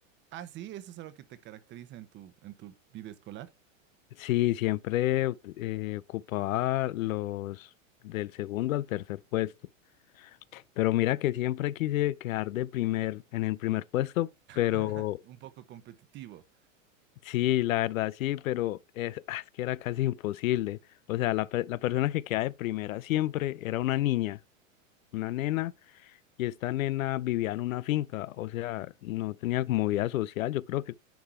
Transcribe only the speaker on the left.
Sí, siempre eh, ocupaba los del segundo al tercer puesto. Pero mira que siempre quise quedar de primer, en el primer puesto, pero
sí, la verdad sí, pero es, ah, es que era casi imposible. O sea, la, pe- la persona que queda de primera siempre era una niña, una nena, y esta nena vivía en una finca, o sea, no tenía como vida social. Yo creo que